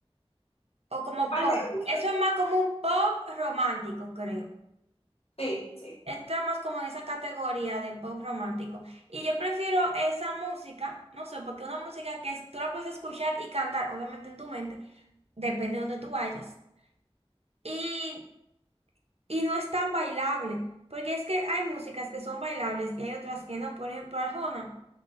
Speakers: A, on the right (about 75°); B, on the left (about 70°).
A: o como
B: ¿Cuál
A: pop.
B: te gusta?
A: Eso es más como un pop romántico, creo.
B: Sí, sí.
A: Entra más como en esa categoría de pop romántico. Y yo prefiero esa música, no sé, porque una música que es- tú la puedes escuchar y cantar, obviamente en tu mente, depende de donde tú vayas. Y Y no es tan bailable, porque es que hay músicas que son bailables y hay otras que no. Por ejemplo, Arjona